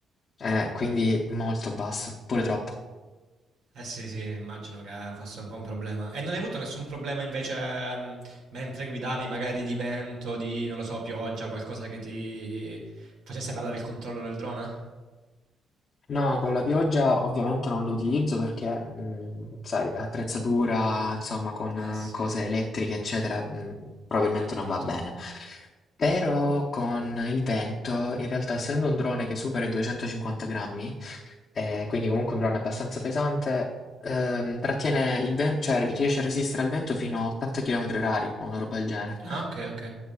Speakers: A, on the left; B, on the right.
A: Eh, quindi molto basso, pure troppo.
B: Eh sì, sì, immagino che fosse un po' un problema. E non hai avuto nessun problema invece mh, mentre guidavi, magari di vento, di, non lo so, pioggia, qualcosa che ti facesse perdere il controllo del drone?
A: No, con la pioggia ovviamente non lo utilizzo perché, mh, sai, attrezzatura, insomma, con
B: Eh sì,
A: eh, cose elettriche, eccetera, mh, probabilmente
B: sì, appunto.
A: non va bene. Però con il vento, in realtà, essendo un drone che supera i 250 grammi, eh, quindi comunque un drone abbastanza pesante, ehm, trattiene il vento, cioè riesce a resistere al vento fino a 80 km orari, o una roba del genere.
B: Ah, ok, ok.